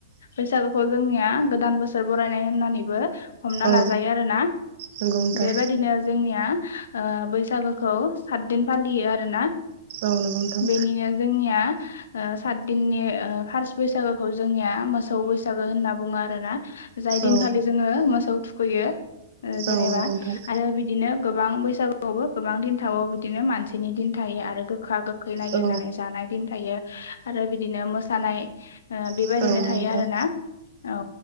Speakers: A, on the left (about 80°); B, on the right (about 40°).
A: बैसागु। खौ जोंनिया गोदान बोसोर बरायनाय होननानैबो। हमना
B: औ
A: लाजायो आरोना
B: नंगौ नोंथां
A: बेबायदिनो जोंनिया। ओ बैसागुखौ साददिन फालियो आरोना
B: औ नंगौ नोंथां
A: बेनिनो जोंनिया। ओ साददिननि फारस बैसागुखौ जोंनिया मोसौ बैसागु होनना बुङो आरो ना। जाय दिनखालि
B: औ
A: जोङो मोसौ थुखैयो ओ जेनेबा
B: औ नंगौ नोंथां
A: आरो बिदिनो गोबां बै बैसागु आवबो गोबां दिन थाबाबो बिदिनो मानसिनि दिन थायो आरो गोखा गो खै नागिरनानै
B: औ
A: जानाय दिन थायो आरो बिदिनो मोसानाय ओ बेबायदिनो
B: नंगौ
A: थायो
B: नोंथां
A: आरो ना औ